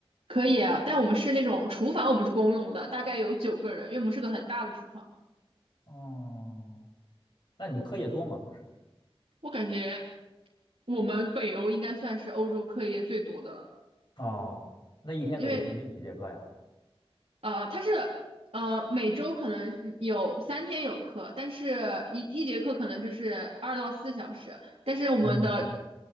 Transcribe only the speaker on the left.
哦。那你们课业多吗？平时？
哦，那一天得平均几节课呀？
嗯